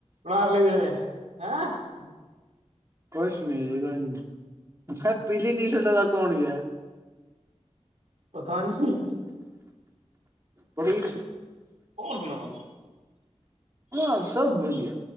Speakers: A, on the right; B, on the right.
A: ਨਾਲੇ <unintelligible> ਹੈਂ <unintelligible>
B: ਕੁਛ ਨੀ ਜੀ, ਕੁਛ ਨੀ, ਮ ਪੀਲੀ ਟੀ ਸ਼ਰਟ ਦਾ ਕੌਣ ਗਿਆ?
A: ਪਤਾ ਨੀ <unintelligible>
B: ਬੜੀ
A: ਸੁਣਾਓ
B: ਹਾਂ, ਸਭ ਵਧੀਆ